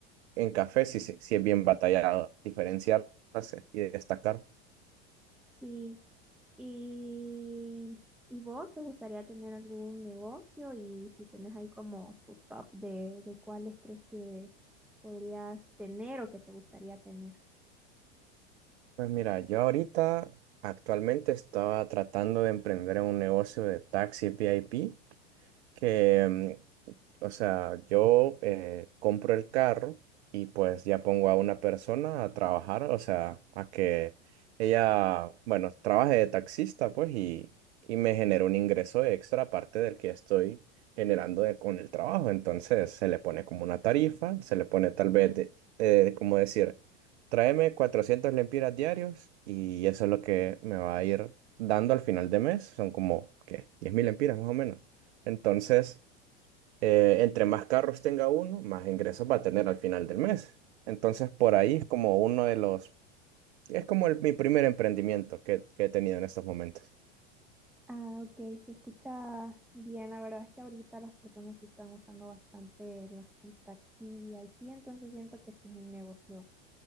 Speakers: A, on the right (about 70°); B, in the centre.
A: en café sí, sí, sí es bien batallado diferenciarse y destacar.
B: Sí. ¿Y, y vos te gustaría tener algún negocio? Y si tenés ahí como tu top de, de cuáles crees que podrías tener o que te gustaría tener.
A: Pues mira, yo ahorita actualmente estaba tratando de emprender un negocio de taxi V i p que mm, O sea, yo eh, compro el carro y pues ya pongo a una persona a trabajar, o sea, a que ella, bueno, trabaje de taxista, pues, y, y me genera un ingreso extra aparte del que estoy generando de- con el trabajo. Entonces, se le pone como una tarifa, se le pone tal vez, de, eh, como decir, tráeme 400 lempiras diarios y eso es lo que me va a ir dando al final de mes. Son como, ¿qué? diez mil lempiras más o menos. Entonces eh, entre más carros tenga uno, más ingresos va a tener al final del mes. Entonces, por ahí es como uno de los, es como el- mi primer emprendimiento que, que he tenido en estos momentos.
B: Ah, ok, se escucha bien. La verdad es que ahorita las personas sí están usando bastante lo que es el taxi VIP, entonces siento que sí es un negocio